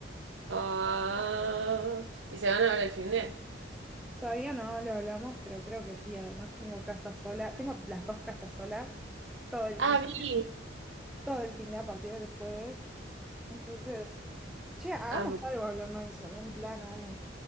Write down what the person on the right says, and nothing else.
Ah. Y se van a ver el fin de.
Ah,
vi.
Ah,